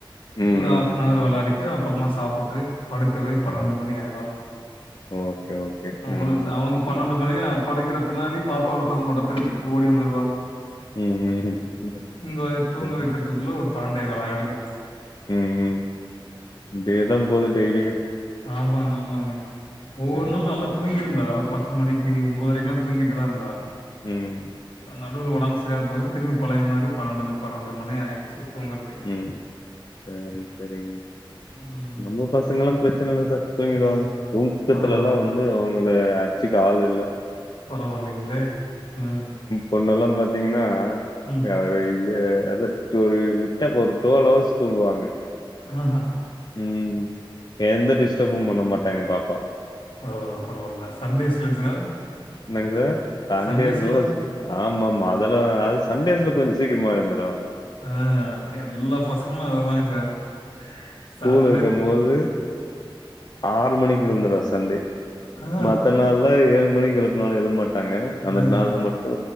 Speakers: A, on the left; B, on the left.
A: ம்,
B: ஒரு
A: ம்,
B: ஹப் அன்வர்
A: ம்.
B: வெளாடிட்டு அப்புறமா சாப்புட்டு படுக்கவே
A: ஓ!
B: பன்னெண்டு மணி ஆயிடு
A: ஓகே, ஓகே. ம்.
B: ஒரு அவங்க பன்னெண்டு மணி படிக்கிற பின்னாடி பாப்பாவ ஒரு தூங்க மாட்டா திரும் ஓடி வந்துருவா
A: ம் ம் ம்
B: இங்க தூங்க
A: சரி.
B: வைக்கிறதுக்குள்ள ஒரு பணடே கால் ஆயிடுங்க
A: ம் ம் இதேதா போது டெய்லியு
B: ஆமா ஆமாங்க ஒவ்வொரு
A: சரி,
B: நாள் நல்லா
A: சரி.
B: தூங்கிருந்தா அவர் ப பத்து மணிக்கு ஒம்போதரைக்குலா தூங்கிட்டுதா இருந்தா
A: ம்,
B: நடுல உடம் செரி போய் திரும் பழைய மாரி பன்னெண்டு பன்னெண்டு மணி ஆயிடுச்சு தூங்க
A: ம் சரி சரிங்க
B: ம்
A: நம்மோ பசங்கல்லா பெரச்சன இல்ல சார் தூங்கிடுவாங்க தூக்கத்துல
B: பரவால்ல
A: எல்லா வந்து அவங்கள அட்சிக்க ஆள் இல்ல
B: பரவாயில்லைங்களே ம்
A: பொண்ணு எல்லா பாத்தீங்கனா
B: ம்
A: அறைய ஒரு விட்ட இப்போ ஒரு டூவல் ஹவர்ஸ் தூங்குவாங்க
B: ஆஹ
A: ம் எந்த டிஸ்டர்பும் பண்ண மாட்டா எங்க பாப்பா
B: பரவாயில்ல பரவாயில்ல சண்டேஸ்ல சார்
A: என்னங் சார் சண்டேஸ்லா
B: சண்டேஸ்ல
A: ஆமா ஆமா அதெல்லா அது சண்டேஸ்ல கொஞ்சோ சீக்கிரமா எழுந்துடுவாங்க
B: ஆ எல்லா பசங்களு அததாங் சார் ச
A: வீட்ல இருக்கும்போது ஆறு மணிக்கு எழுந்தரா சண்டே
B: ஆ,
A: மத்த நாள்ள ஏழ் மணிக் எழு ப்னாலு எழ மாட்டாங்க அந்த
B: ஆஹா,
A: நாள்ள மட்டு